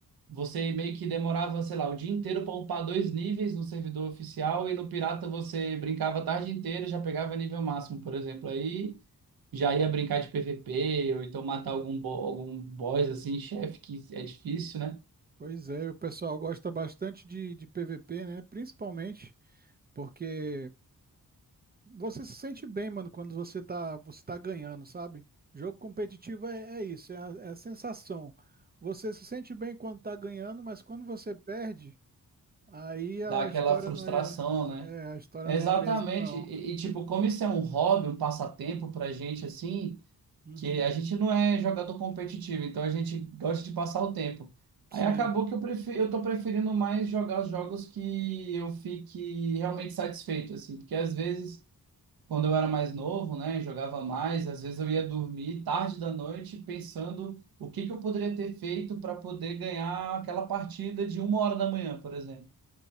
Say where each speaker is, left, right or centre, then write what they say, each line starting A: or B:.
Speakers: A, on the right; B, on the right.
A: Você meio que demorava, sei lá, o dia inteiro para upar dois níveis no servidor oficial e no pirata você brincava a tarde inteira, e já pegava nível máximo, por exemplo. Aí já ia brincar de PVP, ou então matar algum, bo- algum boss, assim, chefe, que é difícil, né?
B: Pois é, o pessoal gosta bastante de, de PVP, né? Principalmente porque Você se sente bem, mano, quando você tá, você tá ganhando, sabe? Jogo competitivo é, é isso, é a, é a sensação. Você se sente bem quando tá ganhando, mas quando você perde, aí a
A: Dá aquela
B: história
A: frustração,
B: não é,
A: né?
B: é, a história
A: É
B: não
A: Exatamente.
B: é a mesma, não.
A: E, e, tipo, como isso é um hobby, um passatempo pra gente, assim,
B: Uhum,
A: que a gente não é jogador competitivo, então a gente gosta de passar o tempo.
B: sim.
A: Aí acabou que eu prefiro, eu tô preferindo mais jogar os jogos que eu fique realmente satisfeito, assim, porque às vezes. quando eu era mais novo, né, jogava mais, às vezes eu ia dormir tarde da noite pensando o que que eu poderia ter feito para poder ganhar aquela partida de uma hora da manhã, por exemplo.